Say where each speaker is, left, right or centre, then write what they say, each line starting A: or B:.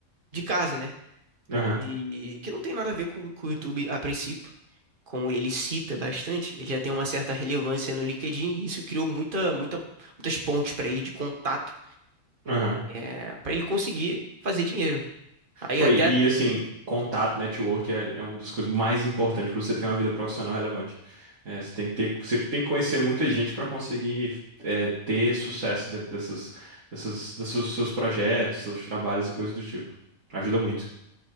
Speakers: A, on the right (about 40°); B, on the right (about 70°).
A: de casa, né?
B: Aham,
A: E que não tem nada a ver com, com o YouTube a princípio. Como ele cita bastante, ele já tem uma certa relevância no LinkedIn e isso criou muita, muita, muitas pontes para ele de contato,
B: aham.
A: é, para ele conseguir fazer dinheiro. Aí
B: Pô,
A: até.
B: e, e, assim, contato, network é, é uma das coisas mais importantes pra você ter uma vida profissional relevante. É, você tem que ter, você tem que conhecer muita gente pra conseguir é, ter sucesso dentro dessas, dessas, desses seus projetos, seus trabalhos e coisas do tipo. Ajuda muito.